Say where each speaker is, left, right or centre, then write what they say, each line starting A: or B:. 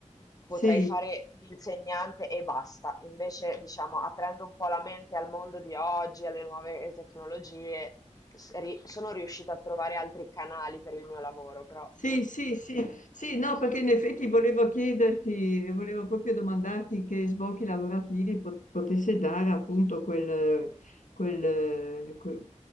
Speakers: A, on the left; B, on the left.
A: potrei
B: sì,
A: fare l'insegnante e basta. Invece, diciamo, aprendo un po' la mente al mondo di oggi, alle nuove tecnologie, s- ri- sono riuscita a trovare altri canali per il mio lavoro, però
B: sì,
A: non-
B: sì, sì, sì, no, perché in effetti volevo chiederti, volevo proprio domandarti che sbocchi lavorativi po- potesse dare appunto quel, quel, quel-